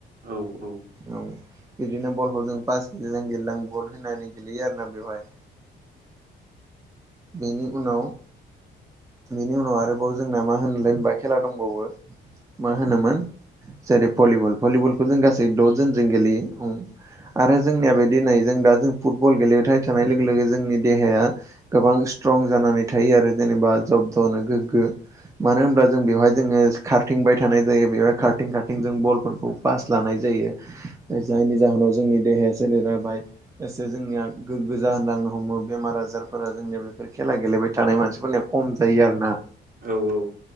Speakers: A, on the right; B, on the right.
A: औ औ।
B: औ बिदिनो बलखौ जों पास गेलेलां गेलेलां बल होनानै गेलेयो आरोना बेवहाय। बेनि उनाव बेनि उनाव आरोबाव जोंना मा होनलाय होनबा खेला दंबावो मा होनोमोन जेरै भलिबल भलिबलखौ जों डजोनजों गेलेयो आरो जोंनिया दिनै जों दा जों फुटबल गेलेबाय थानाय लोगो लोगो जोंनि देहाया गोबां स्ट्रं जानानै थायो आरो जेनेबा जब्द'नो गोग्गो मानो होनब्ला जों बेवहाय जोङो खारथिंबाय थानाय जायो बेवहाय खारथिं खारथिं जों बलफोरखौ पास लानाय जायो। जायनि जाहोनाव जोंनि देहाया सोलेरा बाय एसे जोंनिया गोग्गो जाहोलांनो हमो बेमार आजारफोरा जोंनिया बेफोर खेला गेलेबाय थानाय मानसिफोरनिया खम जायो आरोना।
A: औ औ।